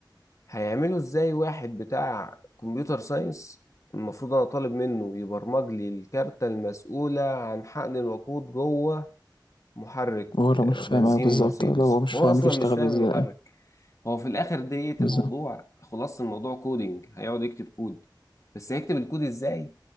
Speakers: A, on the left; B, on the left.
A: هيعملوا ازاي واحد بتاع كمبيوتر ساينس المفروض انا طالب منه يبرمج لي الكارتة المسؤولة عن حقن الوقود جوه محرك
B: هو لو
A: آه،
B: مش فاهم
A: بنزين
B: أيوة بالظبط
A: مرسيدس
B: لو هو مش
A: وهو
B: فاهم
A: اصلا
B: بيشتغل
A: مش فاهم
B: ازاي
A: المحرك هو في الاخر ديت
B: بالظبط
A: الموضوع خلاص الموضوع كودينج هيقعد يكتب كود بس هيكتب الكود ازاي